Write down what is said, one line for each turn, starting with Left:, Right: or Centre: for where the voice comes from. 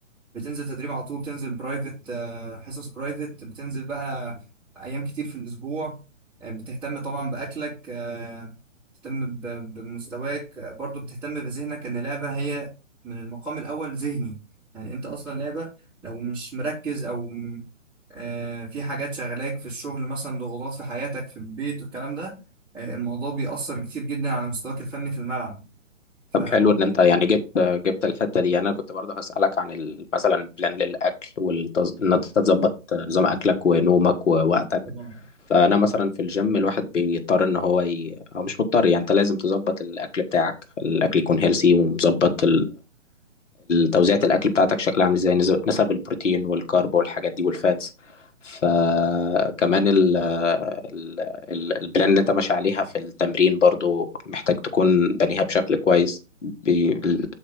Centre: بتنزل تدريب على طول بتنزل برايفت آه، حصص برايفت بتنزل بقى ايام كتير في الاسبوع آه، بتهتم طبعا باكلك آه، بتهتم ب- بمستواك آه، برضو بتهتم بذهنك ان اللعبه هي من المقام الاول ذهني يعني انت اصلا لعبه لو مش مركز او م- آه، في حاجات شغلاك في الشغل مثلا ضغوطات في حياتك في البيت والكلام ده آه، الموضوع بيأثر كتير جدا على مستواك الفني في الملعب فبرضه
Left: طب حلو ان انت يعني جبت جبت الحته دي يعني انا كنت برضه هسالك عن ال- مثلا بلان للاكل والتز... ان انت تظبط نظام اكلك ونومك ووقتك
Centre: طبعا
Left: فانا مثلا في الجيم الواحد بيضطر ان هو ي... او مش مضطر يعني انت لازم تظبط الاكل بتاعك الاكل يكون هيلسي ومظبط توزيعة الأكل بتاعتك شكلها عامل ازاي نسب نسب البروتين والكارب والحاجات دي والفاتس فكمان ال ال ال- البلان اللي انت ماشي عليها في التمرين برضو محتاج تكون بنيها بشكل كويس بال-